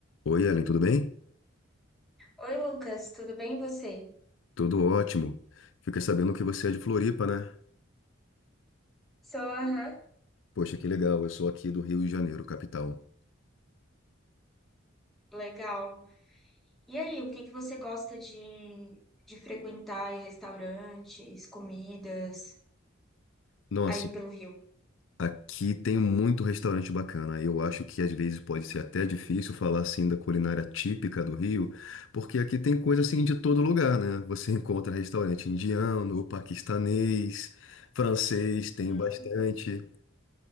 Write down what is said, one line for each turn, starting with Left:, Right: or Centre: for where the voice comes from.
Left: Oi, Ellen, tudo bem?
Centre: Oi, Lucas, tudo bem e você?
Left: Tudo ótimo. Fiquei sabendo que você é de Floripa, né?
Centre: Sou, aham.
Left: Poxa, que legal. Eu sou aqui do Rio de Janeiro, capital.
Centre: Legal. E aí, o que que você gosta de, de frequentar em restaurantes, comidas,
Left: Nossa,
Centre: aí pelo Rio?
Left: aqui tem muito restaurante bacana. Eu acho que às vezes pode ser até difícil falar assim da culinária típica do Rio, porque aqui tem coisa assim de todo lugar, né? Você <laughs> encontra restaurante indiano, paquistanês, francês, tem
Centre: Hum.
Left: bastante.